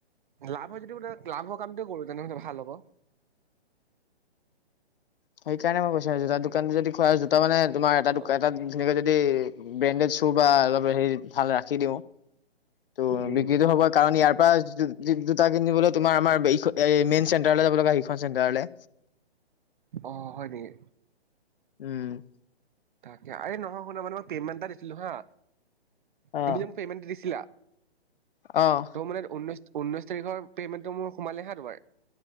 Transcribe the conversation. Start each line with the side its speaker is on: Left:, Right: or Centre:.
Right: লাভ হয় যদি বোলে লাভ হোৱা কামটো কৰো, তেনেহ'লে ভাল হ'ব।
Left: সেইকাৰণে মই কৈছোঁ, জোতা দোকানটো যদি খোৱা জোতা মানে তোমাৰ এটা তেনেকে
Right: অ
Left: যদি ব্ৰেণ্ডেড শ্বু বা অলপ হে ভাল ৰাখি দিওঁ। টো
Right: উম
Left: বিক্ৰীটো হ'বই। কাৰণ ইয়াৰ পৰা জো, জো, জোতা কিনিবলৈ তোমাৰ আমাৰ, মেইন চেণ্টাৰলৈ যাব লগা সিখন চেণ্টাৰলৈ।
Right: অ, হয় নেকি?
Left: উম,
Right: তাকে আৰে, নহয় শুন মানে মই পেমেণ্ট এটা দিছিলো হা,
Left: অ
Right: তুমি যে মোক পেমেণ্টটো দিছিলা।
Left: অ,
Right: ত ঊনৈশ, ঊনৈশ তাৰিখৰ পেমেণ্টটো সোমালেহে ধৰে,